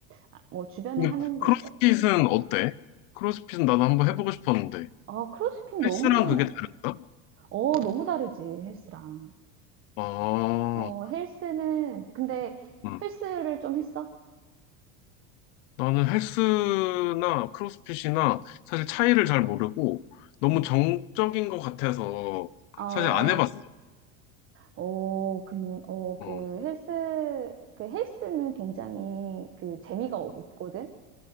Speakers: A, on the right (about 30°); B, on the left (about 65°).
A: 아 뭐 주변에
B: 근데
A: 하는 거
B: 크로스핏은
A: 없어?
B: 어때? 크로스핏은 나도 한번 해보고 싶었는데.
A: 아 크로스핏 너무
B: 헬스랑 그게 다른가?
A: 어 너무 다르지 헬스랑.
B: 아,
A: 어 헬스는 근데
B: 음.
A: 헬스를 좀 했어?
B: 나는 헬스나 크로스핏이나 사실 차이를 잘 모르고 너무
A: 응.
B: 정적인 것 같아서
A: 어.
B: 사실 안 해봤어.
A: 어 근 어 그
B: 어,
A: 헬스 그 헬스는 굉장히 그 재미가 없거든.